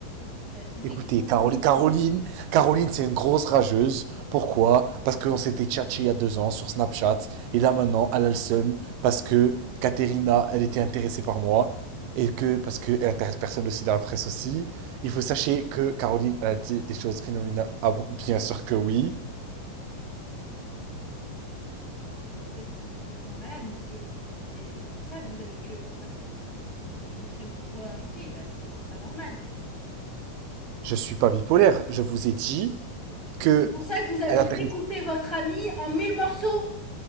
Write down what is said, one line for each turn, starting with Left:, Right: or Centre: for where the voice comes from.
Left: Ça va être compliqué
Right: Écoutez,
Left: pour
Right: Caroline,
Left: vous.
Right: Caroline, Caroline, c'est une grosse rageuse. Pourquoi? Parce qu'on s'était tchatché il y a deux ans sur Snapchat. Et là, maintenant, elle a le seum parce que Katerina, elle était intéressée par moi. Et que, parce qu'elle intéresse personne aussi dans la presse aussi. Il faut sachez que Caroline, elle a dit des choses phénoménales. Ah bon, bien sûr que oui.
Left: En fait, vous êtes complètement malade, monsieur. Et c'est pour ça que vous avez tué votre ami. Vous, vous souffrez de bipolarité, là, c'est c'est pas normal.
Right: Je suis pas bipolaire. Je vous ai dit que
Left: C'est pour ça que vous avez
Right: elle intéresse,
Left: découpé votre ami en mille morceaux.